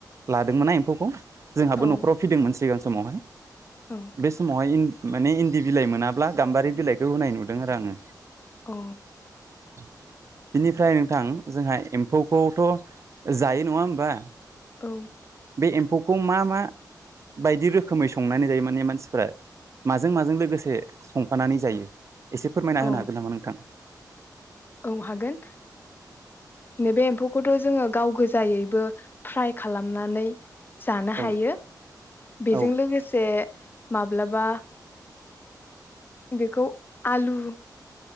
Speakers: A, on the right; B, on the left.
A: लादोंमोन ना एम्फौखौ। जोंहाबो
B: औ
A: नख'राव फिदोंमोन सिगां। समावहाय।
B: औ
A: बे समावहाय । माने इन्दि बिलाइ मोनाब्ला गाम्बारि बिलाइखौ होनाय नुदों आरो आङो।
B: औ।
A: <inaudible> बिनिफ्राय नोंथां जोंहा एम्फौखौथ' जायो नङा होमबा।
B: औ।
A: बे एम्फौखौ मा मा बायदि रोखोमै संनानै जायो माने मानसिफ्रा माजों माजों लोगोसे संफानानै जायो। एसे फोरमायना
B: औ
A: होनो हागोन नामा नोंथां।
B: औ हागोन नैबे एम्फौखौ। जोडो गाव गोजायैबो फ्राय खालामनानै। जानो
A: औ
B: हायो बेजों
A: औ
B: लोगोसे। माब्लाबा बेखौ आलु। लु।